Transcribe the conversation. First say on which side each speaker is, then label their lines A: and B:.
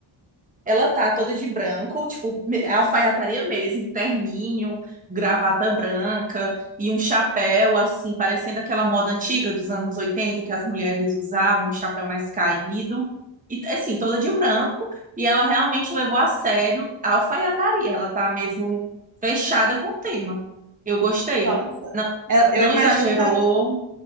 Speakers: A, on the right; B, on the right.
A: Ela tá toda de branco, tipo, me- é alfaiataria mesmo, terninho, gravata branca e um chapéu, assim, parecendo aquela moda antiga dos anos 80 que as mulheres usavam, um chapéu mais caído. E, assim, toda de branco. E ela realmente levou a sério a alfaiataria. Ela tá mesmo fechada com o tema. Eu gostei.
B: Nossa.
A: Não,
B: Ela- eu
A: não
B: imagino
A: exagerou,
B: que ela,